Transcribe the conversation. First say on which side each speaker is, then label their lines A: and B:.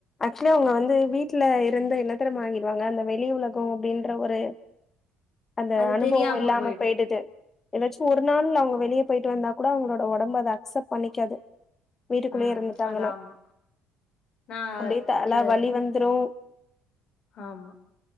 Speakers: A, on the left; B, on the left.
A: ஆக்சுவலா அவங்க வந்து வீட் வீட்ல இருந்து என்ன தெரிமா ஆயிடுவாங்க அந்த வெளி உலகம் அப்படின்ற ஒரு அந்த
B: அது
A: அனுபவம்
B: தெரியாம
A: இல்லாம
B: போயிடு
A: போயிடுது எதாச்சு ஒரு நாள்ல அவங்க வெளியே போயிட்டு வந்தா கூட அவங்கட உடம்பு அதை அக்செப்ட் பண்ணிக்காது வீட்டுக்குள்ளயே
B: ம்
A: இருந்துட்டாங்கன்னா
B: அத ஆமா நா
A: அப்டியே தல
B: எ
A: வலி வந்துடும்
B: ஆமா